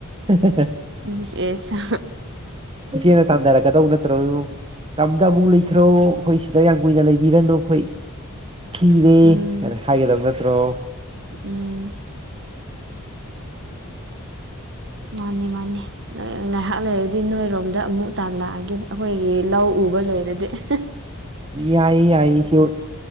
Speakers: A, on the right; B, on the right.
A: ꯍꯦ ꯍꯦ ꯍꯦ
B: ꯏꯁ ꯑꯦꯁ
A: ꯏꯆꯦꯅ ꯇꯥꯟꯗꯔꯛꯀꯗꯧ ꯅꯠ <unintelligible> ꯇꯝꯗ ꯑꯃꯨꯛ ꯂꯩꯈ꯭ꯔꯣ ꯑꯩꯈꯣꯏ ꯁꯤꯗ ꯌꯥꯝ ꯀꯨꯏꯅ ꯂꯩꯕꯤꯔꯅꯨ ꯑꯩꯈꯣꯏ ꯈꯤꯔꯦ
B: ꯎꯝ
A: ꯍꯥꯏꯅ ꯍꯥꯏꯒꯗꯕ ꯅꯠꯇ꯭ꯔꯣ
B: ꯎꯝ ꯃꯥꯅꯤ ꯃꯥꯅꯤ ꯉꯥꯏꯍꯥꯛ ꯂꯩꯔꯗꯤ ꯅꯣꯏꯔꯣꯝꯗ ꯑꯃꯨꯛ ꯇꯥꯜꯂꯛꯑꯒꯦ ꯑꯩꯈꯣꯏꯒꯤ ꯂꯧ ꯎꯕ ꯂꯣꯏꯔꯗꯤ ꯑꯦꯍꯦ
A: ꯌꯥꯏꯌꯦ ꯌꯥꯏꯌꯦ ꯏꯆꯦꯍꯣꯏ